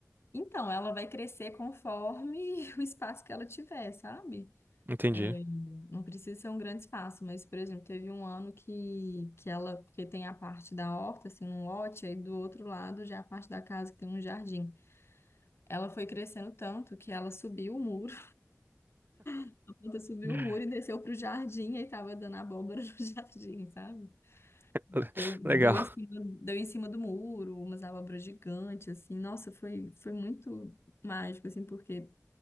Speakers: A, on the left; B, on the right.
A: Então, ela vai crescer conforme <laughs> o espaço que ela tiver, sabe?
B: Entendi.
A: É, não precisa ser um grande espaço, mas, por exemplo, teve um ano que, que ela, porque tem a parte da horta, assim, um lote, aí do outro lado já é a parte da casa que tem um jardim. Ela foi crescendo tanto que ela subiu o muro, <laughs> a planta subiu
B: <laughs>
A: o muro e desceu pro jardim, aí tava dando abóbora no <laughs> jardim, sabe?
B: Le-
A: Deu, deu
B: Legal.
A: em cima, deu em cima do muro, umas abóboras gigantes, assim, nossa, foi, foi muito mágico, assim, porque